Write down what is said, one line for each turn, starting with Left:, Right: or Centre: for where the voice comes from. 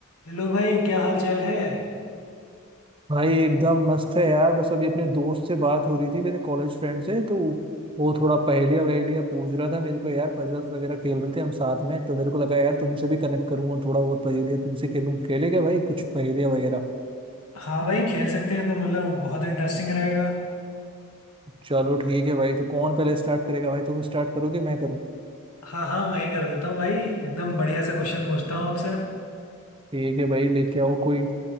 Left: Hello भाई क्या हाल चाल है
Right: भाई एकदम मस्त है यार बस अभी अपने दोस्त से बात हो रही थी मेरे कॉलेज फ्रेंड से तो वो थोड़ा पहेलियाँ वहेलियाँ पूछ रहा था मेरे को यार पजल्स वगैरह खेल रहे थे हम साथ में तो मेरे को लगा यार तुमसे भी कनेक्ट करूँ और थोड़ा बहुत पहेलियाँ तुमसे खेलूं खेले क्या भाई कुछ पहेलियाँ वगैरह
Left: हाँ भाई खेल सकते हैं तो मतलब बहुत इंटरेस्टिंग रहेगा
Right: चलो ठीक है भाई तो कौन पहले स्टार्ट करेगा भाई तुम स्टार्ट करोगे मैं करूँ
Left: हाँ हाँ मैं ही कर देता हूँ भाई एकदम बढ़िया से क्वेश्चन पूछता हूँ आपसे
Right: ठीक है भाई लेके आओ कोई